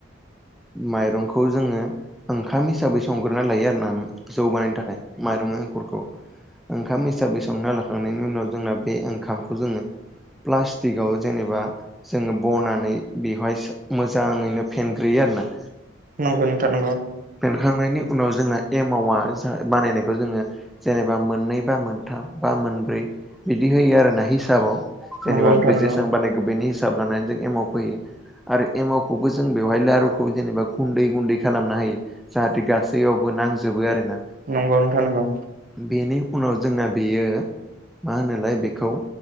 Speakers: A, in the centre; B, on the right (about 45°).
A: माइरंखौ जोङो ओंखाम हिसाबै संगोरोना लायो आरो ना। जौ बानायनो थाखाय माइरं‌ एंखुर ओंखाम हिसाबै संना लाखांनायनि उनाव जोंना बे ओंखामखौ जोङो प्लास्टिकआव जेनेबा जोङो बनानै बेवहाय मोजाङैनो फेनग्रोयो आरो ना।
B: नंगौ नोंथां नंगौ
A: खांनायनि उनाव जोंना एमावा बानायनायखौ जोङो जेनेबा मोननै बा मोनथाम बा मोनब्रै बिदि होयो आरोना हिसाबाव जेनेबा
B: नंगौ
A: बे
B: नंगौ
A: जेसां बानायखो बेनि हिसाब लानानै जों एमाव फोनो आरो एमावखौबो जों नों बेयावलाय आरो जेनेबा गुनदै गुनदै खालामना होयो जाहाथे गासैयावबो नांजो जोबो आरोना
B: नोंथां नंगौ नोंथां नंगौ
A: बेनि उनाव जोंना बेयो मा होनोलाय बेखौ